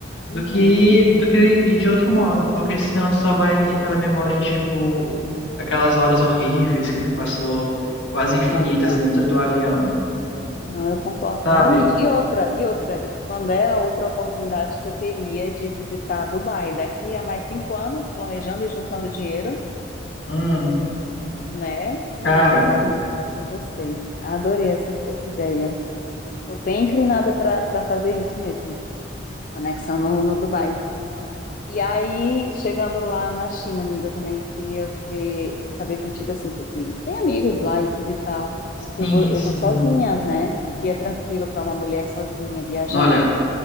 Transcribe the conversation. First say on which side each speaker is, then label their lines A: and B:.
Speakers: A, on the left; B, on the left.
A: Uhum,
B: do que do que ir de outro modo, porque senão tu só vai ter aquela memória de tipo aquelas horas horríveis que tu passou quase infinitas
A: no avião.
B: dentro do avião,
A: Não, eu concordo
B: sabe?
A: plenamente. E outra, e outra, quando é a outra oportunidade que eu teria de visitar Dubai? Daqui a mais cinco anos, planejando e juntando dinheiro,
B: Hum,
A: né? Não,
B: cara,
A: eu gostei, eu gostei. Adorei essa, essa ideia. Estou bem inclinada para para fazer isso mesmo. Conexão no, no Dubai. E aí, chegando lá na China, amiga, eu também queria ver, saber contigo assim, tu que tem amigos lá e tudo e tal,
B: sim,
A: porque eu vou, eu
B: sim.
A: vou sozinha, né? Se é tranquilo para uma mulher sozinha viajando.
B: Olha,